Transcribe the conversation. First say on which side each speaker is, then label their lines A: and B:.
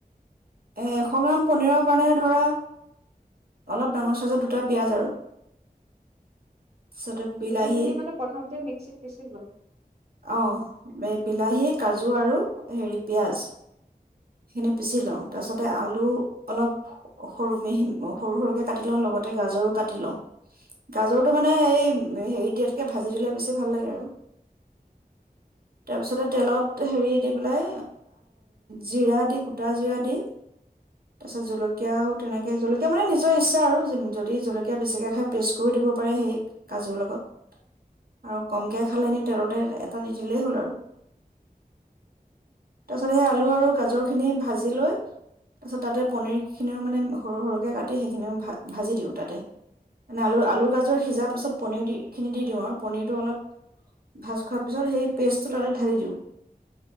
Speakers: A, on the right; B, on the right.
A: এ, এশ গ্ৰাম পনীৰৰ কাৰণে ধৰা অলপ ডাঙৰ চাইজৰ দুটা পিয়াজ আৰু। তাৰপিছতে বিলাহী
B: গোটেইখিনি মানে প্ৰথমতে মিক্সিত পিচি লোৱা?
A: অ বিলাহী, কাজু আৰু হেৰি পিঁয়াজ। সেইখিনি পিচি লওঁ। তাৰপিছতে আলু অলপ সৰু মিহি সৰু সৰুকৈ কাটি লওঁ লগতে গাজৰো কাটি লওঁ, গাজৰটো মানে এই হেৰি দিয়াতকে ভাজি দিলে বেছি ভাল লাগে আৰু তাৰপিছতে তেলত হেৰি দি পেলাই জিৰা দি গোটা জিৰা দি তাছত জলকীয়াও তেনেকে জলকীয়া মানে নিজৰ ইচ্ছা আৰু, য যদি জলকীয়া বেছিকে খায়, পেষ্ট কৰিও দিব পাৰে হেই কাজুৰ লগত। আৰু কমকে খালে এনে তেলতে এটা দি দিলেই হ'ল আৰু। তাছত সেই আলু আৰু গাজৰ খিনি ভাজি লৈ তাৰপিছত তাতে পনীৰখিনিও মানে সৰু সৰুকে কাটি সেইখিনিও ভা ভাজি দিওঁ তাতে মানে আলু আলুৰ গাজৰ সিজাৰ পিছত পনিৰ দি খিনি দি দিওঁ আৰু পনীৰটো অলপ ভাজ খোৱাৰ পিছত সেই পেষ্টটো তাতে ঢালি দিওঁ